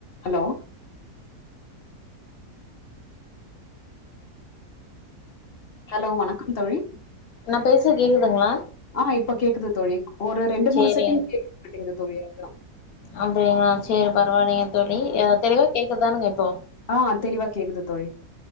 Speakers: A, on the left; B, on the left.
A: Hello hello வணக்கம் தோழி
B: நான் பேசறது கேட்குதுங்களா
A: ஆ இப்ப கேட்குது தோழி ஒரு ரெண்டு
B: சேரி
A: மூணு செகண்ட் கேக்க மாட்டேங்குது தோழி அதான்
B: அப்டிங்களா சேரி பரவாயில்லைங்க தோழி ஆ தெளிவா கேட்குதானுங்க இப்போ
A: ஆ தெளிவா கேட்குது தோழி